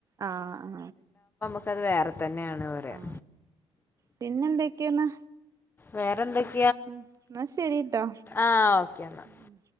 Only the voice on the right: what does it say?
ആ ആ
ആ പിന്നെന്തൊക്കെയണ്
ഉ എന്ന ശരിട്ടാ
മു മു